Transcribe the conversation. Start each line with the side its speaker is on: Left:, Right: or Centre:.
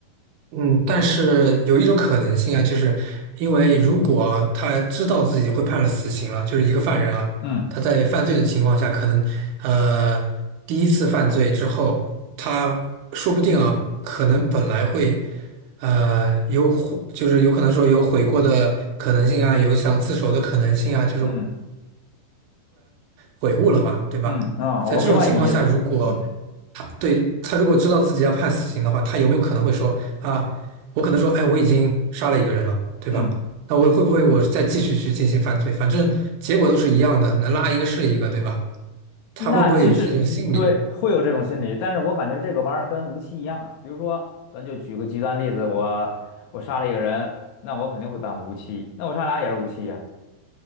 Right: 嗯，但是有一种可能性啊，就是因为如果他知道自己会判了死刑了，就是一个犯人啊，
Left: 嗯
Right: 他在犯罪的情况下，可能呃第一次犯罪之后，他说不定啊，可能本来会呃有悔，就是有可能说有悔过的可能性啊，有想自首的可能性啊，就是
Left: 嗯
Right: 悔悟了嘛，对吧？
Left: 嗯啊，
Right: 在这种情况下，
Left: 我明白你意思。
Right: 如果
Left: 嗯
Right: 对，他如果知道自己要判死刑的话，他有没有可能会说啊，我可能说，哎，我已经杀了一个人了，对吧？
Left: 嗯。
Right: 那我会不会我再继续去进行犯罪？反正结果都是一样的，能拉一个是一个，对吧？他会不会有这种心理？
Left: 那其实，嗯对，会有这种心理，但是我感觉这个玩意儿跟无期一样啊。比如说，咱就举个极端例子，我我杀了一个人，那我肯定会判无期，那我杀俩也是无期呀、